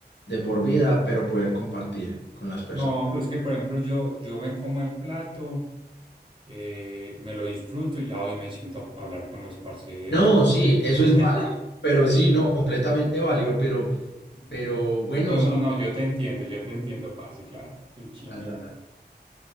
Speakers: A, on the left; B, on the right.
A: de por vida, pero poder compartir con las personas.
B: No, pues que por ejemplo yo, yo me como el plato, eh, me lo disfruto y ya hoy me siento a hablar con los parceros,
A: No,
B: con
A: sí, eso
B: la...
A: es válido, pero sí, no, completamente válido, pero,
B: <laughs>
A: pero bueno,
B: Pero
A: sí,
B: no, no, yo te entiendo, yo te entiendo, parce, claro. Estoy chimbeando.
A: total, total.